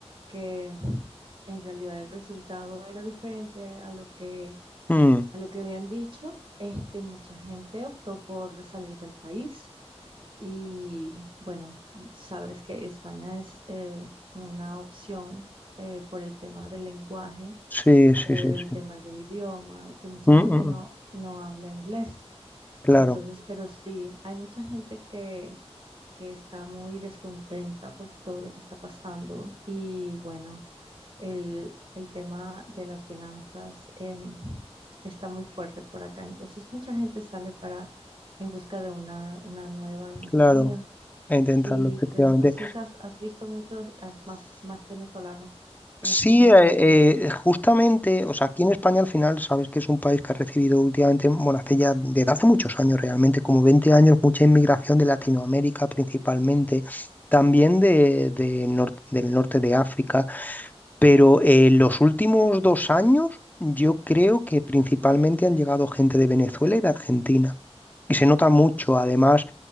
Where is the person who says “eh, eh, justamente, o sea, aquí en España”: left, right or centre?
Left